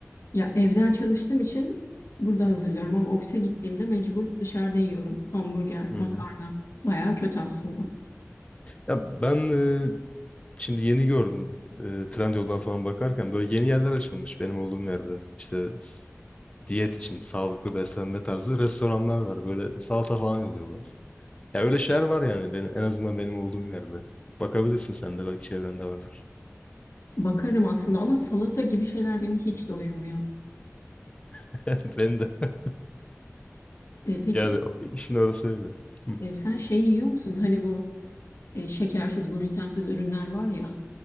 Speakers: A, on the left; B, on the left.
A: Ya evden çalıştığım için burada hazırlıyorum ama ofise gittiğimde mecbur dışarıda yiyorum. Hamburger,
B: Hı
A: makarna.
B: hı.
A: Bayağı kötü aslında.
B: Ya ben e, Şimdi yeni gördüm. E, Trendyol'dan falan bakarken böyle yeni yerler açılmış benim olduğum yerde. İşte s- diyet için sağlıklı beslenme tarzı restoranlar var. Böyle salata falan yolluyorlar. Ya öyle şeyler var yani benim en azından benim olduğum yerde. Bakabilirsin sen de belki çevrende vardır.
A: Bakarım aslında ama salata gibi şeyler beni hiç doyurmuyor.
B: <laughs> Benim de. <laughs>
A: E, peki
B: Yani o- işin orası öyle. Hı.
A: e, sen şey yiyor musun? Hani bu e, şekersiz, glutensiz ürünler var ya